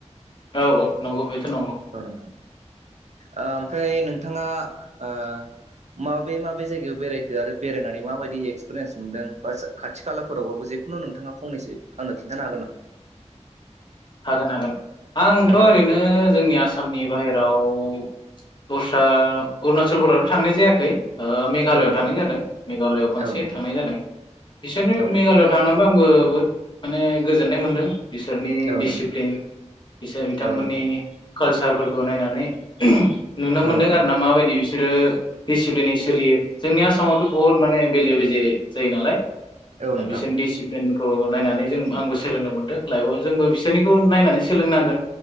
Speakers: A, on the left; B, on the right.
A: औ औ नंगौ बेथ' नंगौ
B: औ नोंथां ओमफ्राय नोंथाङा ओ माबे माबे जायगायाव बेरायखो आरो बेरायनानै माबायदि एक्सपिरियेन्स मोनदों बा खाथि खाला खाथि खालाफोरावबाबो जिखुनु नोंथाङा फनैसो आंनो खिन्थानो हागोन नामा?
A: हागोन हागोन आंथ'
B: औ
A: ओरैनो
B: नोंथां
A: जोंनि आसामनि बाहेराव औ दस्रा अरुणचलफोरावथ' थांनाय जायाखै ओ मेघालयआव
B: औ नोंथां
A: थांनाय जादों मेघालयआव खनसे
B: औ नोंथां
A: थांनाय जादों बिसोरनि
B: औ नोंथां
A: मेघालयआव थांनोबो आंबो बहुद माने गोजोननाय मोनदों बिसोर
B: औ
A: दिडिसिप्लिन
B: नोंथां
A: बिसोर बिथांमोननि
B: औ नोंथां
A: कालसारफोरखौ नायनानै नुनो
B: औ
A: मोनदों
B: नोंथां
A: आरो ना माबायदि बिसोरो दिसिप्लिनै सोलियो जोंनि आसामावथ' बुहुत माने बेले बेजे जायो नालाय
B: औ नोंथां
A: बिसोरनि दिसिप्लिन खौ नायनानै जों आंबो सोलोंनो मोन्दों लाइफआव जोंबो बिसोरनिखौ नायनानै सोलोंनांगोन